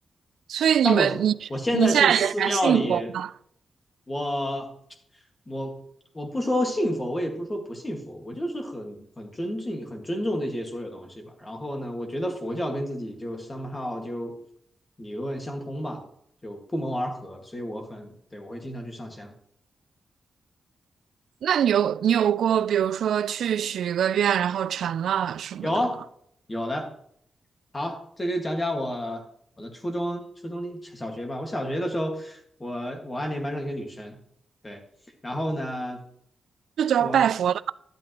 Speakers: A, on the right; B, on the left.
A: 所以你们你你现在也还信佛吗？
B: 那我我现在去寺庙里，我我我不说信佛，我也不说不信佛，我就是很很尊敬、很尊重这些所有东西吧。然后呢，我觉得佛教跟自己就 somehow 就理论相通吧，就不谋而合，所以我很，对，我会经常去上香。
A: 那你有你有过比如说去许一个愿然后成了什么的吗？
B: 有有的，好，这就讲讲我我的初中、初中的小学吧。我小学的时候，我我暗恋班上一个女生，对，然后呢，
A: 这就要拜佛了
B: 我